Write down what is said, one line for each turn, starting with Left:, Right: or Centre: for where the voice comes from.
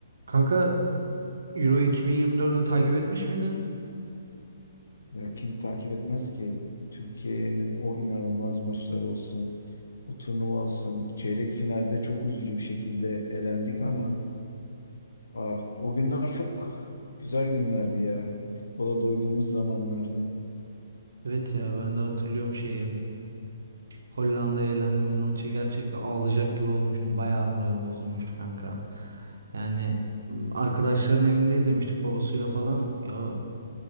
Right: Kanka Euro 2024'ü takip etmiş miydin?
Left: Ya kim takip etmez ki? Türkiye'nin o inanılmaz maçları olsun, o turnuva olsun. Çeyrek finalde çok üzücü bir şekilde elendik ama ah, o günler çok güzel günlerdi ya. Futbola doyduğumuz zamanlardı.
Right: Evet ya ben de hatırlıyorum şeyi. Hollanda'ya elendiğimiz maçı gerçekten ağlayacak gibi olmuştum. Bayağı moralim bozulmuştu kanka. Yani m, arkadaşların evinde izlemiştik babasıyla falan. Ya